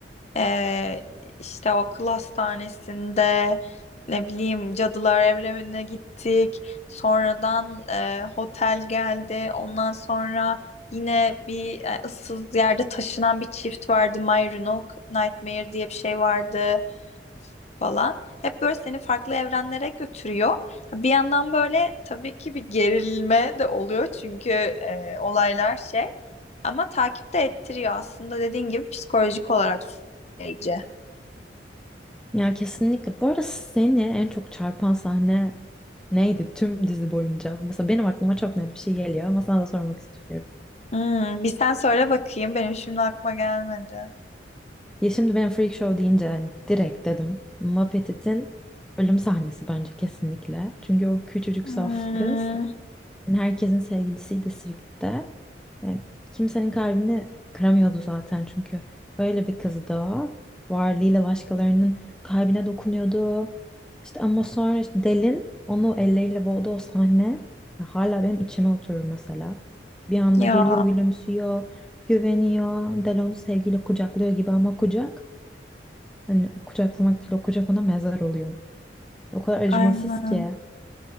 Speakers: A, on the left; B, in the centre.
A: Ee, işte o akıl hastanesinde ne bileyim cadılar evrenine gittik. Sonradan e, otel geldi. Ondan sonra yine bir e, ıssız yerde taşınan bir çift vardı. My Roanoke Nightmare diye bir şey vardı falan. Hep böyle seni farklı evrenlere götürüyor. Ha, Bir yandan böyle tabii ki bir gerilme de oluyor çünkü e, olaylar şey ama takip de ettiriyor aslında dediğin gibi psikolojik olarak süreci.
B: Ya kesinlikle. Bu arada seni en çok çarpan sahne neydi tüm dizi boyunca? Mesela benim aklıma çok net bir şey geliyor ama sana da sormak istiyorum.
A: Hmm, bir sen söyle bakayım. Benim şimdi aklıma gelmedi.
B: Ya şimdi ben Freak Show deyince yani direkt dedim. Muppet'in ölüm sahnesi bence kesinlikle. Çünkü o küçücük
A: Hmm,
B: saf kız yani herkesin sevgilisiydi Sirk'te. Yani kimsenin kalbini kıramıyordu zaten çünkü öyle bir kızdı o. Varlığıyla başkalarının kalbine dokunuyordu. İşte ama sonra işte Del'in onu elleriyle boğduğu o sahne ya hala benim içime oturur mesela. Bir anda
A: ya
B: geliyor gülümsüyor, güveniyor. Del onu sevgiyle kucaklıyor gibi ama kucak. Hani kucaklamak değil o kucak ona mezar oluyor. O kadar acımasız
A: aynen.
B: ki.